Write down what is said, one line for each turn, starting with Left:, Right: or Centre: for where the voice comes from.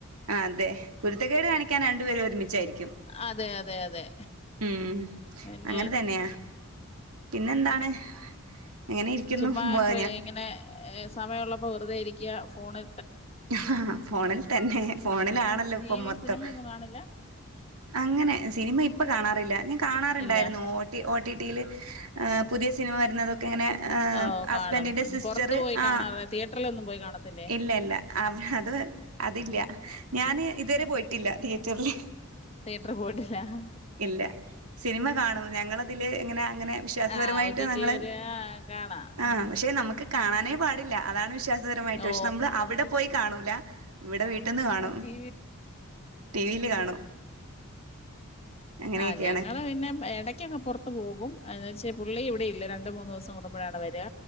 Right: ആ, അതെ, കുരുത്തക്കേട്, കാണിക്കാൻ രണ്ടുപരും ഒരുമിച്ചച്ച് ച്ചായിരിക്കും,
Left: അതെ അതെ അതെ
Right: ഉ,
Left: പിന്നെ
Right: അങ്ങനെ, തന്നെയാ പിന്നെന്താണ് എങ്ങനെ ഇരിക്കുന്നു
Left: ചുമ്മാഫ്ര,
Right: ഞാ
Left: ഇങ്ങനെ, സമയം ഉള്ളപ്പോ, വെറുതെ, ഇരിക്കുക, ഫോണി
Right: ആ, ഫോണിൽ, തന്നെ, ഫോണിലാണല്ലോ,
Left: ടി
Right: ഇപ്പൊ
Left: വി
Right: മൊത്തം
Left: സിനിമയൊന്നും കാണില്ല
Right: അങ്ങനെ, സിനി, മ ഇപ്പ, കാണാറില്ല ഞാൻ, കാണാറുണ്ടായിരുന്നു,
Left: ഇല്ല
Right: ടി, ഓ, ടി, ടി, യില് എ, പുതിയ, സിനിമ, വരുന്നതൊക്കെ, ങ്ങനെ,
Left: ഓ
Right: ഹസ്ബൻഡി്റെ,
Left: കാണും
Right: സിസ്റ്ററ്,
Left: പുറത്ത് പോയി
Right: ആ
Left: കാണാറില്ല തിയേറ്ററിലൊന്നും പോയി കാണത്തില്ലേ
Right: ഇല്ല, ഇല്ല ആ, അത്, അതില്ല, ഞാന്, ഇതുവരെ, പോയിട്ടില്ല, തിയറ്ററില്
Left: തിയേറ്ററിൽ പോയിട്ടില്ല
Right: ഇല്ല, സിനിമ, കാണും, ഞങ്ങളതില്, ങ്ങനെ അങ്ങനെ, വിശ്വാസപരമായിട്ട്,
Left: ആഹ് ഒ ടി
Right: നങ്ങൾ,
Left: ടി ഒരു കാണാം
Right: ആ,
Left: ഉം
Right: പക്ഷെ, നമുക്ക് കാണാനേ, പാടില്ല, അതാണ്, വിശ്വാസ രമായിട്ട്,
Left: ഓ
Right: ക്ഷെ, നമ്മള്, അവിടെ, പോയി കാണൂല, ഇവിടെ,
Left: ആഹ്
Right: വീട്ടന്ന്, കാണും
Left: ആഹ് ടി
Right: ടിവിയിയില്, കാണ അങ്ങനെയൊക്കെയാണ്
Left: ആ്, ഞങ്ങള്, പിന്നെ, എടക്കൊക്കെ, പുറത്തു, പോകും, എന്ന, വെച്ച പുള്ളി ഇവിടെ, ഇല്ല, രണ്ട, മൂന്ന്, ദിവസം, കൊടുമ്പോഴാണ്, വരിക,